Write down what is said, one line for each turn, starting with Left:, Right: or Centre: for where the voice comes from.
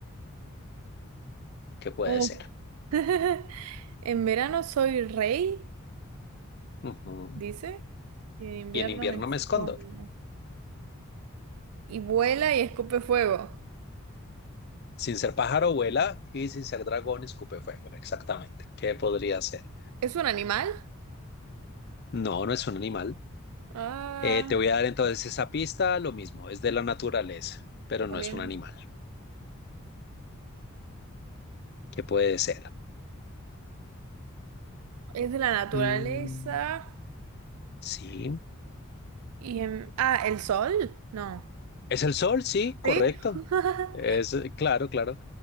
Left: ¿Qué puede
Right: Oh.
Left: ser?
Right: <laughs> En verano soy rey,
Left: Ujú.
Right: dice, y en invierno
Left: Y en invierno
Right: me escondo.
Left: me escondo.
Right: Y vuela y escupe fuego.
Left: Sin ser pájaro, vuela y sin ser dragón, escupe fuego. Exactamente. ¿Qué podría ser?
Right: ¿Es un animal?
Left: No, no es un animal.
Right: Ah,
Left: Eh, te voy a dar entonces esa pista, lo mismo, es de la naturaleza, pero
Right: también.
Left: no es un animal. ¿Qué puede ser?
Right: Es de la naturaleza.
Left: Mm, sí,
Right: Y en... Ah, ¿el sol? No.
Left: es el sol, sí, correcto.
Right: ¿Sí? <laughs>
Left: Es eh, claro, claro.